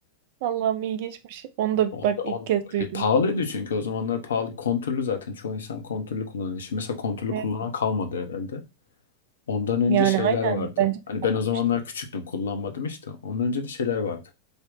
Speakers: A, on the right; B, on the left.
A: Allah'ım ilginçmiş. Onu da
B: Onda,
A: bak
B: onda,
A: ilk kez duydum.
B: e, pahalıydı çünkü o zamanlar pahalı. Kontürlü zaten çoğu insan kontürlü kullanıyor. Şimdi mesela kontürlü
A: Evet,
B: kullanan kalmadı herhalde. Ondan önce
A: Yani
B: şeyler
A: aynen
B: vardı.
A: bence de
B: Hani
A: yapılmıştır.
B: ben o zamanlar küçüktüm kullanmadım işte. Ondan önce de şeyler vardı.